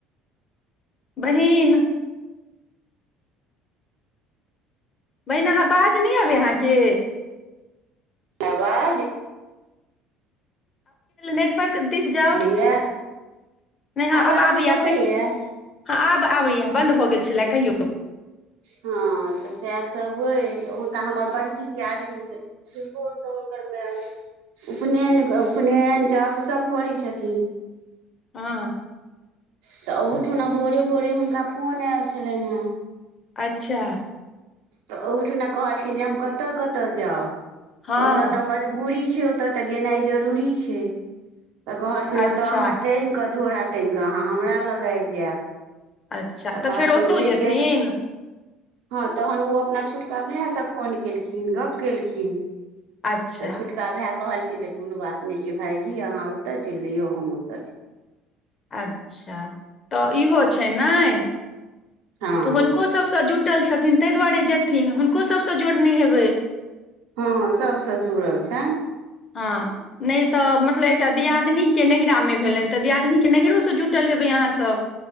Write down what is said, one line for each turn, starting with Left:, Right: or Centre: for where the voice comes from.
Left: बहिन बहिन अहाँ वाज नै अबै अहाँके
Right: आवाज
Left: नेटवर्क दिस जाउ
Right: दैया
Left: नहि हँ
Right: आवाज
Left: अब आबैय
Right: कटैया
Left: आ कहीओ हँ आब आबैये बन्द भऽ गेल छले कहियौ।
Right: हँ, तऽ सएह सभ अछि हुनका हमर बड़की दियादनी। नको, सुन कर मै आ। उपनयन कऽ उपनयन जग सभ करै छथिन
Left: हँ
Right: तऽ ओहूठुना भोरे भोरे हुनका फोन आयल छलनि हेँ
Left: अच्छा
Right: तऽ ओहुठुना कहलखिन जे हम कतऽ कतऽ जाउ
Left: हँ
Right: ओतऽ तऽ म बूरी छै ओतऽ तऽ गेनाइ जरूरी छै तऽ कहलखिन
Left: अच्छा
Right: ओतऽ अहाँ टाँंग कऽ झोरा टाँंग कऽ अहाँ हमरा लग आब जायब
Left: अच्छा तऽ
Right: कहलखिन
Left: फेर ओतौ
Right: से
Left: जेथिन
Right: केन हँ तहन ओ अपना छोटका भय से फोन केलखिन गप केलखिन
Left: अच्छा
Right: तऽ छोट का भे कहलखिन जे कोनो बात नहि छै भायजी अहाँ ओतऽ चलि जइयौ हम ओतऽ चलि
Left: अच्छा तऽ इहो छै नइ
Right: जइयौ। हँ
Left: तऽ हुनको सभसँ जुटल छथिन तै दुआरे जेथिन हुनको सभसँ जोड़ने हेबै
Right: हँ सभ सँ जुड़ल छनि
Left: हँ नै तऽ मतलब एकटा दियादनी के नैहरा में भेले तऽ दियादिनी के नहरो सँ जुटल रहबै अहाँ सब